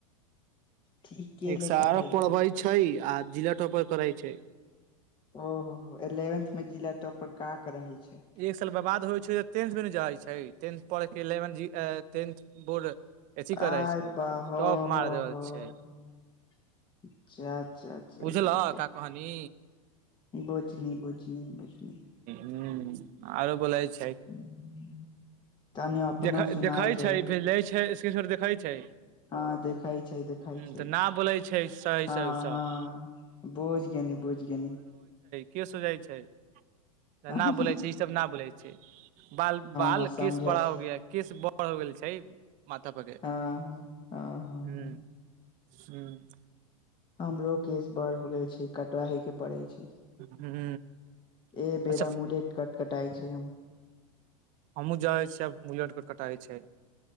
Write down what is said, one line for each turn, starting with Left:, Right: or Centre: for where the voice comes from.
Left: ठीक के
Right: एक साल
Left: लेखा भेल
Right: पढ़बै छै, आ जिला टाँपर। करइ छै।
Left: ओहो हो एलेवन्थ में जिला टॉपर का। कर रही छै
Right: एक साल ब बाद होइ छै टें भ न जाइ छै। छै टेंथ पढ़के इलेवन् -ज टेंथ बोर्ड। अथी करै
Left: आइ
Right: छै
Left: बाहाह
Right: टॉप मार
Left: हो
Right: देबल
Left: -हो
Right: छै
Left: अच्छ- अच्छा।
Right: बुझलह
Left: ्ाा
Right: का कहनी
Left: बुझनी- बुझनी- बुझनी। <unintelligible>
Right: ह आरो बोलै छै। <unintelligible>
Left: बुझनी तनी अपनो
Right: देख
Left: सुनाल
Right: देखा
Left: जाइ
Right: छै, भेजलै छै। तर देखै छै।
Left: हँ देखाय छै, देखाय
Right: ह
Left: छै,
Right: तऽ न बोलै छै सही
Left: हँ
Right: से सब
Left: हँ बुझ गनी बुझ गेनी।
Right: के सोझइ छै। <unintelligible>
Left: हँ
Right: न बोलै छै ई सब न बोलै छै बाल- बाल
Left: हँ समझै
Right: केस। बड़ा
Left: छी
Right: हो ग केस बड़ हो गेल छै मथा पर के ह।
Left: हँ हँ हँ
Right: <unintelligible> ह्मं। <unintelligible>
Left: हमरो केस बड़ हो गेल छै कट हे के पड़े। <unintelligible>
Right: ह
Left: ए बेेरा
Right: अच्छा
Left: मुूल कटकटइ छै। <unintelligible>
Right: हमहूँ जाै छियै आब बुलेटके कटाै छै।